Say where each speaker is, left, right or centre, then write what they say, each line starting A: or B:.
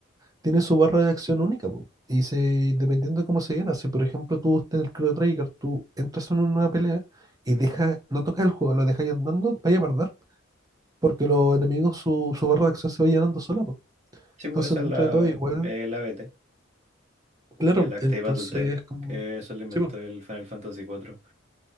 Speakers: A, on the right; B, on the right.
A: tiene su barra de acción única, po, y se, dependiendo de cómo se llena, si por ejemplo tú estás en el Chrono Trigger, tú entras en una pelea y deja, no tocas el juego, lo dejas ahí andando, vaya a perder, porque los enemigos, su, su barra de acción se va llenando sola, po.
B: Sí,
A: Entonces,
B: pues esa
A: dentro
B: es la,
A: de todo, igual,
B: eh, la B T
A: claro,
B: El Act
A: entonces,
B: Battle Time,
A: como,
B: que eso lo inventó
A: sí, pues,
B: el Final Fantasy cuatro